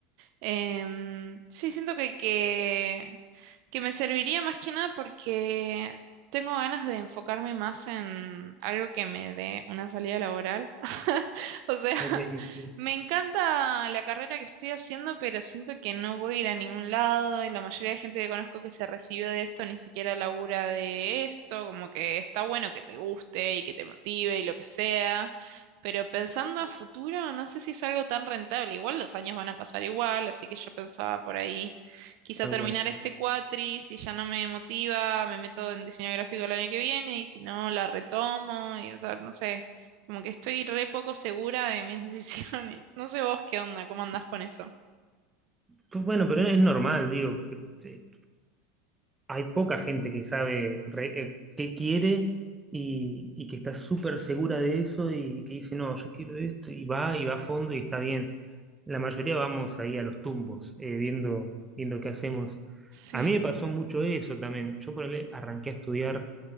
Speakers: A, on the right; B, on the right.
A: Em, sí, siento que, que, que me serviría más que nada porque tengo ganas de enfocarme más en algo que me dé una salida laboral. <laughs> O sea,
B: Ok, sí, sí,
A: me encanta la carrera que estoy haciendo, pero siento que no voy a ir a ningún lado y la mayoría de gente que conozco que se recibió de esto ni siquiera labura de esto, como que está bueno que te guste y que te motive y lo que sea. Pero pensando a futuro, no sé si es algo tan rentable. Igual los años van a pasar igual, así que yo pensaba por ahí, quizá
B: tal
A: terminar
B: cual.
A: este cuatri, si ya no me motiva, me meto en diseño gráfico el año que viene, y si no, la retomo, y o sea, no sé, como que estoy re poco segura de mis <laughs> decisiones. No sé vos qué onda, cómo andás con eso.
B: Pues bueno, pero es normal, digo. eh, hay poca gente que sabe re- eh, qué quiere y, y que está súper segura de eso y que dice, no, yo quiero esto y va y va a fondo y está bien. La mayoría vamos ahí a los tumbos, eh, viendo, viendo qué hacemos.
A: Sí,
B: A mí me pasó mucho eso también. Yo por ahí arranqué a estudiar